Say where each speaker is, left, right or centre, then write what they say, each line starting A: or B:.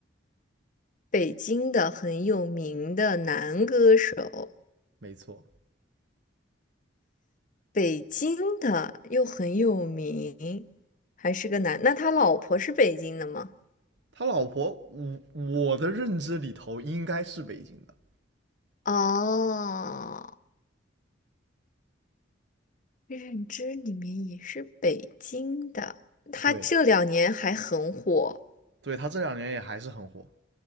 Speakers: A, on the left (about 40°); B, on the right (about 60°).
A: 北京的很有名的男歌手，
B: 没错。
A: 北京的又很有名，还是个男。那他老婆是北京的吗？
B: 他老婆，我我的认知里头应该是北京的。
A: 哦，认知里面也是北京的。他这两年还很火，
B: 对，对他这两年也还是很火，